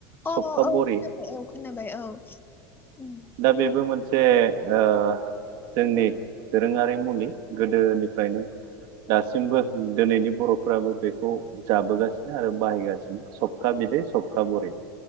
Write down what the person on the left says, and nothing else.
अ
औ
खोनाबाय औ खोनाबाय औ उम